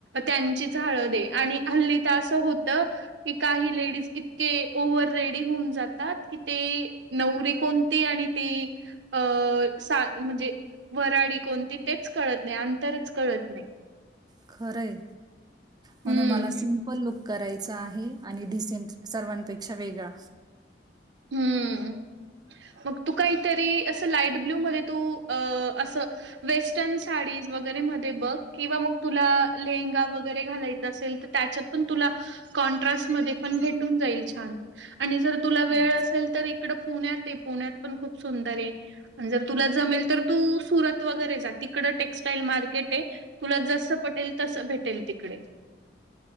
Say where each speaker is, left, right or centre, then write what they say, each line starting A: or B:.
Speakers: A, on the right; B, on the right.
A: त्यांचीच हळद आहे आणि, हल्ली तर असं होत की काही लेडीज इतके ओवर्हर रेडी हुन जात की ते नव्हरी कोणती आणि ते अ सा म्हणजे ते वराडी कोणती तेच कळत नाही अंतरच कळत नाही.
B: खरंय म्हणून
A: हम्म
B: मला सिमपल लुक करायचा आहे आणि डिसेंट सर्वांपेक्षा वेगळा.
A: हम्म. मग तू काहीतरी अस लाईट ब्ल्यू मध्ये तू अस वेस्टर्न साडी वगैरे मध्ये बग किंवा मग तुला लेहंगा वगैरे घालायच असेल तर त्याच्यात पण तुला कॉन्ट्रास्ट मध्ये पण भेटून जाईल छान आणि जर तुला वेळ
B: अच्छा.
A: असेल तर इकड पुण्यात ये. पुण्यात पण खूप सुंदर आहे अन जर तुला जमेल तर तू सुरत वगैरे जा तिकड ड टेक्स्टाईल मार्केट आहे तुला जसं पटेल तस भेटेल तिकडे.